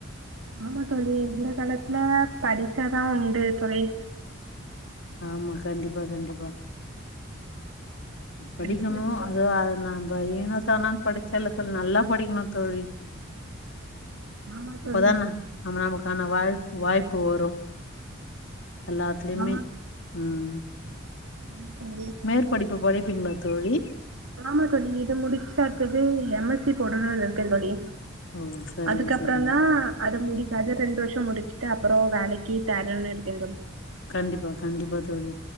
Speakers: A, on the right (about 80°); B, on the left (about 65°).
A: ஆமா தோழி இந்த காலத்ல படிச்சாதா உண்டு தோழி
B: ஆமா கண்டிப்பா கண்டிப்பா படிக்கணு
A: படிச்சு முடிச்சுட்டு
B: அதோ
A: ஒரு
B: அத நம்ப ஏனோ தணோன்னு படிச்சேல்ல தோழி நல்லா படிக்கணு தோழி
A: ஆமா
B: இப்பதா
A: தோழி
B: நா நம்ம நமக்கான வா வாய்ப்பு வரும் எல்லாத்துலயுமே
A: ஆமா
B: ம்
A: <inaudible>
B: மேற்படிப்பு படிப்பிங்களா தோழி
A: ஆமா தோழி இத முடிச்சுட்டா அடுத்தது எம் எஸ்சி போடுணும்னு இருக்கே தோழி
B: ஒ சரிங்
A: அதுக்கப்புறந்தா
B: சரிங்
A: அது முடிக்காது ரெண்டு வருஷோ முடிச்சுட்டு அப்பறோ வேலைக்கு தேடணுன்னு இருக்கே தோழி
B: கண்டிப்பா கண்டிப்பா தோழி